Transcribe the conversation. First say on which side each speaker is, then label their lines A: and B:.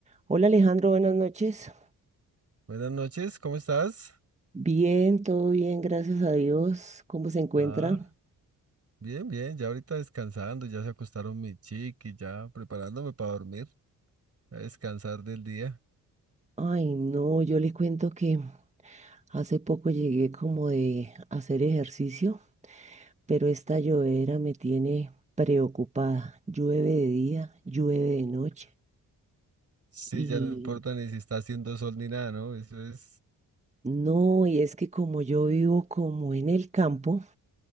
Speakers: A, on the right; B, on the right.
A: Hola Alejandro, buenas noches.
B: Buenas noches, ¿cómo estás?
A: Bien, todo bien, gracias a Dios. ¿Cómo se encuentra?
B: Ah, bien, bien, ya ahorita descansando, ya se acostaron mi chiqui, ya preparándome para dormir, a descansar del día.
A: Ay, no, yo le cuento que hace poco llegué como de hacer ejercicio, pero esta llovedera me tiene preocupada. Llueve de día, llueve de noche.
B: Sí,
A: Y
B: ya no importa ni si está haciendo sol ni nada, ¿no? Eso es.
A: no, y es que como yo vivo como en el campo,